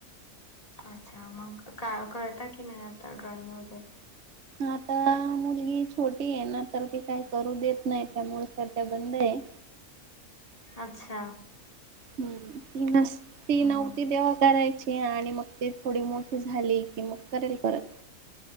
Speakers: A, on the left; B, on the right.
A: अच्छा मग का कळता की नाही आता ड्रॉइंग वगैरे
B: आता मुलगी छोटी आहे ना तर ते काही करू देत नाही त्यामुळे सध्या बंद आहे.
A: अच्छा.
B: हूं ती नस ती
A: हम्म
B: नव्हती तेव्हा कराय ची आणि मग ती थोडी मोठी झाली की मग करेल परत